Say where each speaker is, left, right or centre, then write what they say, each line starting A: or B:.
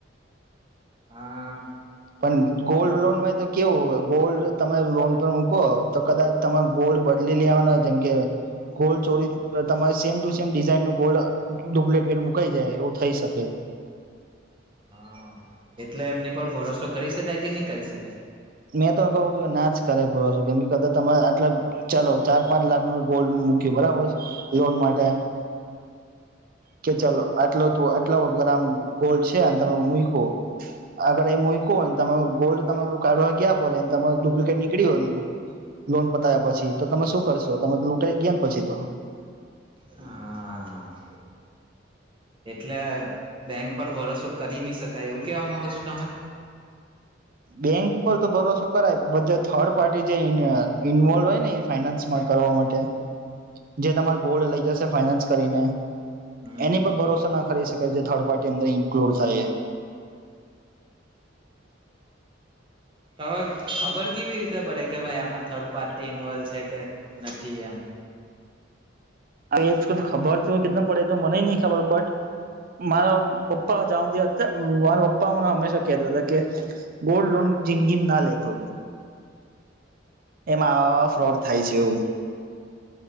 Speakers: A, on the right (about 25°); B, on the right (about 50°).
A: હા
B: પણ ગોલ્ડ લોનમાં તો કેવું ગોલ્ડ તમે લોન પર મૂકો તો કદાચ તમે ગોલ્ડ બદલી લેવાના જેમ કે, ગોલ્ડ ચોરી તમારે સેમ ટુ સેમ ડિઝઇન નું ગોલ્ડ ડુપ્લિકેટ મુકાઈ જાય એવું થઈ શકે છે.
A: હા એટલે એમની પર ભરોસો કરી શકાય કે નહી કરી શકાય?
B: મેં તો કહું કે ના જ કરે પૂરો છું કે કદાચ તમારે આટલા ચાલો ચાર પાંચ લાખ ન ગોલ્ડ મૂક બરાબર, લોન માટે. કે ચાલો આટલો ત આટલો ગરમ ગોલ્ડ છે તમે મકો, આગર એ મકોને તમે ગોલ્ડ તમે કાઢવા ગયા ફોને તમા ડુપ્લકેેટ નીકળી હો, લોન પતાવ્યા પછી તો તમે શું કરશો તમે લૂંટાઈ ગયા ને પછી તો.
A: હા એટલે બેંક પર ભરોસો કરી નહી શકાય એવું કેવા માંગો છો તમે?
B: બેંક પર તો ભરોસો કરાય બધા થર્ડ પાર્ટી જે ઇન્વોલ્વ હોય ને ફાઈનાન્સમાં કરવા માટે, જે તમારે ગોલ્ડ લઈ જશે ફાઈનાન્સ કરીને,
A: હમ
B: એની પર ભરોસો ના કરી શકે જે થર્ડ પાર્ટી અંદર ઇન્કલુડ થાય.
A: તો હવે ખબર કેવી રીતે પડે કે ભાઈ આમાં થર્ડ પાર્ટી ઇન્વોલ્વ છે કે નથી એમ?
B: એ ખબર કેટું પડે તો મને નહી ખબર બટ મારા પપ્પા જવા હતા મારા પપ્પા મને હંમેશા કેહેતો હતા કે, ગોલ્ડ લોન જિંદગી ના લેતો. એમાં આવાવા ફ્રોડ થાય છે એવું.